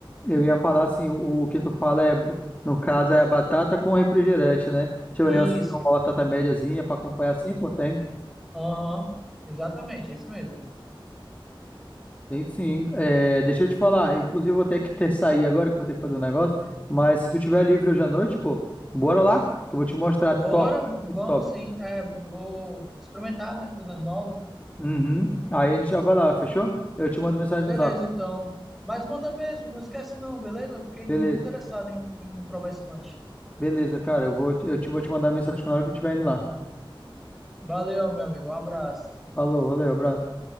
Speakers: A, on the left; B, in the centre.
A: eu ia falar assim, o, o que tu fala é, no caso, é batata com refrigerante, né? Tipo,
B: Isso.
A: ali, você quer uma batata médiazinha para acompanhar assim, pô, tem.
B: Aham. Exatamente, é isso mesmo.
A: Tem sim. É, deixa eu te falar, inclusive eu vou ter que ter sair agora, que eu vou ter que fazer um negócio, mas se tu tiver livre hoje à noite, pô, bora lá, que eu vou te mostrar
B: Bora,
A: top,
B: v-
A: muito
B: vamos
A: top.
B: sim. É, vou experimentar, né? Coisas novas.
A: Uhum. Aí a gente já vai lá, fechou? Eu te mando mensagem
B: Beleza,
A: no zap.
B: então. Mas manda mesmo, não esquece não, beleza? Fiquei
A: Beleza.
B: muito interessado em, em provar esse lanche.
A: Beleza, cara. Eu vou, eu te, vou te mandar mensagem na hora que eu estiver indo lá.
B: Valeu, meu amigo. Um abraço.
A: Falou, valeu, abraço.